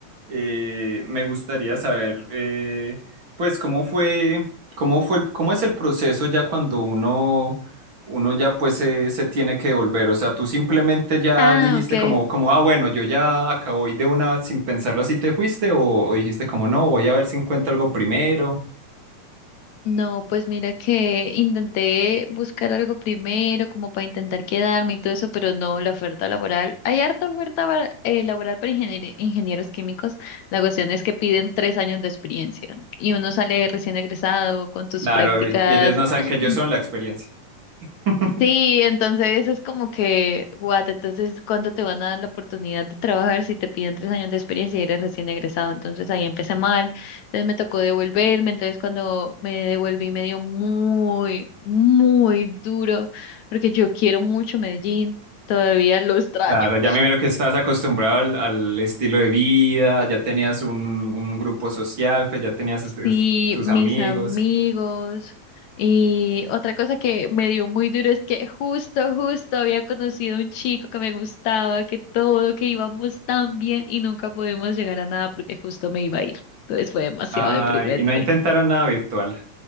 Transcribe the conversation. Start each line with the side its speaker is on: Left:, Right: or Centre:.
Right: eh, me gustaría saber, eh, pues, cómo fue, cómo fue, el- cómo es el proceso ya cuando uno, uno ya pues se, se tiene que volver. O sea, tú simplemente ya
Left: Ah,
Right: dijiste
Left: ok.
Right: como, como, ah, bueno, yo ya acabo y de una sin pensarlo así te fuiste, o, o dijiste como, no, voy a ver si encuentro algo primero.
Left: No, pues mira que intenté buscar algo primero, como para intentar quedarme y todo eso, pero no, la oferta laboral. Hay harta oferta va- eh, laboral para ingenier- ingenieros químicos. La cuestión es que piden tres años de experiencia y uno sale recién egresado con tus
Right: Claro,
Left: prácticas
Right: y y ellos no saben
Left: <clears throat>
Right: que ellos son la experiencia. <laughs>
Left: Sí, entonces es como que, what, entonces, ¿cuándo te van a dar la oportunidad de trabajar si te piden tres años de experiencia y eres recién egresado? Entonces ahí empecé mal, entonces me tocó devolverme, entonces cuando me devolví me dio muy, muy duro, porque yo quiero mucho Medellín, todavía lo extraño.
Right: Claro, ya me miro que estás acostumbrado al, al estilo de vida, ya tenías un, un grupo social, pues ya tenías es- es-
Left: Sí,
Right: tus
Left: mis
Right: amigos.
Left: amigos. Y otra cosa que me dio muy duro es que justo, justo había conocido a un chico que me gustaba, que todo, que íbamos tan bien y nunca pudimos llegar a nada porque justo me iba a ir. Entonces fue demasiado
Right: Ay,
Left: deprimente.
Right: y no intentaron nada virtual.